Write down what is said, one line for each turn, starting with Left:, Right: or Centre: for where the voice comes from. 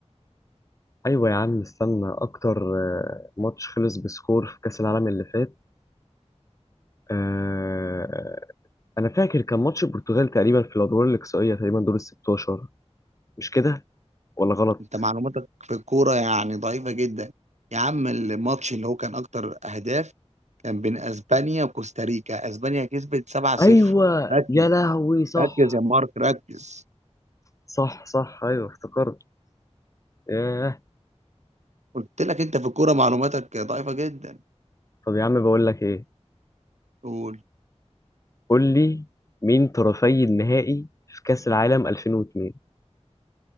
Left: ايوه يا عم استنى اكتر آه، ماتش خلص بسكور في كاس العالم اللي فات آه، انا فاكر كان ماتش البرتغال تقريبا في الادوار الاقصائيه تقريبا دور ال 16 مش كده ولا غلط
Right: أنت معلوماتك في الكورة يعني ضعيفة جدا يا عم الماتش اللي هو كان أكتر أهداف كان بين أسبانيا وكوستاريكا أسبانيا كسبت 7-0
Left: ايوه
Right: ركز
Left: يا لهوي صح
Right: ركز يا مارك ركز
Left: صح صح ايوه افتكرت ياه
Right: قلت لك أنت في الكورة معلوماتك ضعيفة جدا
Left: طب يا عم بقول لك ايه
Right: قول
Left: قول لي مين طرفي النهائي في كاس العالم 2002